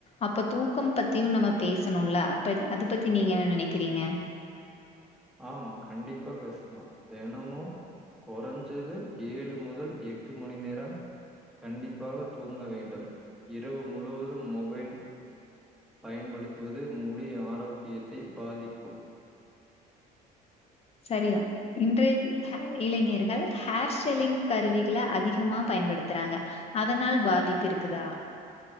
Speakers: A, on the left; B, in the centre.
A: அப்ப தூக்கம் பத்தியு நம்ம பேசணுல்ல அப்ப இது அது பத்தி நீங்க என்ன நெனைக்கிறீங்க
B: ஆம் கண்டிப்பா பேஸ்லாம் தெனமு கொறஞ்சது ஏழு முதல் எட்டு மணி நேரம் கண்டிப்பாக தூங்க வேண்டும் இரவு முழுவதும் மொபைல் பயன்படுத்துவது முடி ஆரோக்கியத்தை பாதிக்கும்
A: சரி தா இன்றைய <unintelligible> இளைஞர்கள் ஹேர் ஸ்டெல்லிங் கருவிகள அதிகமா பயன்படுத்தறாங்க அதனால் பாதிப்பு இருக்குதா